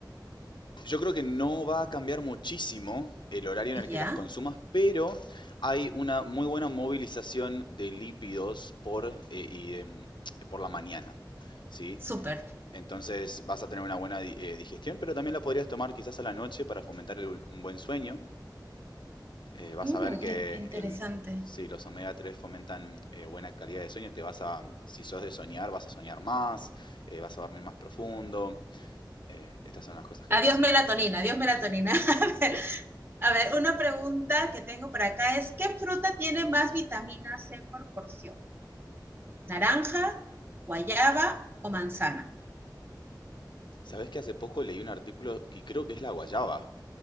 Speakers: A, on the left; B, on the right.
A: yo creo que no va a cambiar muchísimo el horario en
B: Ya,
A: el
B: yeah,
A: que las consumas, pero hay una muy buena movilización de lípidos por, eh, y, em, por la mañana, ¿sí?
B: súper.
A: Entonces vas a tener una buena di- eh, digestión, pero también la podrías tomar quizás a la noche para fomentar el- un buen sueño. eh, vas
B: Mm,
A: a ver que
B: in- interesante.
A: el, si los omega tres fomentan eh, buena calidad de sueño, te vas a, si sos de soñar, vas a soñar más, eh, vas a dormir más profundo. eh, estas son las cosas que
B: Adiós
A: puedes esperar.
B: melatonina, adiós melatonina. <laughs> a ver, a ver, una pregunta que tengo por acá es, ¿qué fruta tiene más vitamina C por porción? naranja, guayaba o manzana.
A: ¿Sabés que hace poco leí un artículo que creo que es la guayaba?